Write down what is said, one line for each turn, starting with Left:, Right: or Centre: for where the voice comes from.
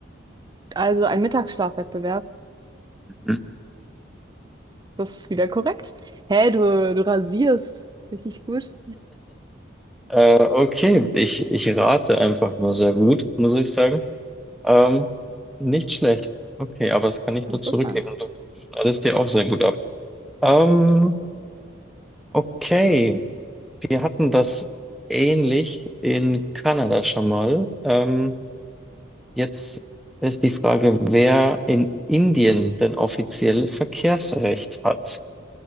Right: Also ein Mittagsschlafwettbewerb.
Centre: Mhm.
Right: Das ist wieder korrekt. Hä, du, du rasierst. Richtig gut.
Centre: Äh, okay, ich, ich rate einfach nur sehr gut, muss ich sagen. Ähm, nicht schlecht. Okay, aber das kann ich nur
Right: Interessant.
Centre: zurückgeben. Du schneidest dir auch sehr gut ab. Ähm, okay, wir hatten das ähnlich in Kanada schon mal. Ähm, jetzt ist die Frage, wer in Indien denn offiziell Verkehrsrecht hat.